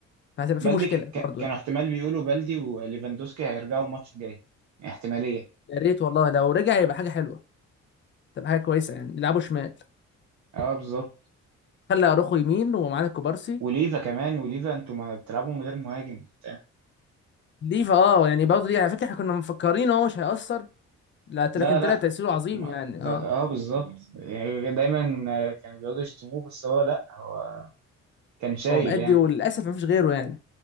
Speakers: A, on the left; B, on the right.
A: فهتبقى
B: بلدي
A: في مشكله
B: ك... ك...
A: برضه
B: كانوا
A: يعني
B: احتمال بيقولوا بلدي وليفاندوسكي هيرجعوا الماتش الجاي احتمالية
A: يا ريت والله لو رجع يبقى حاجه حلوه تبقى حاجه كويسه يعني يلعبوا شمال
B: اه بالظبط
A: خلى اروخو يمين ومعانا كوبارسي
B: وليفا كمان وليفا انتوا ما بتلعبوا من غير مهاجم وبتاع
A: ليفا اه يعني برضه دي على فكره احنا كنا مفكرين هو مش هيأثر لا
B: لا
A: لكن
B: لا
A: طلع تأثيره عظيم
B: ما...
A: يعني
B: ت-
A: اه
B: اه بالظبط يعني دايما آه، كانوا بيقعدوا يشتموه بس هو لا هو كان شايل
A: هو مأدي
B: يعني
A: وللاسف مفيش غيره يعني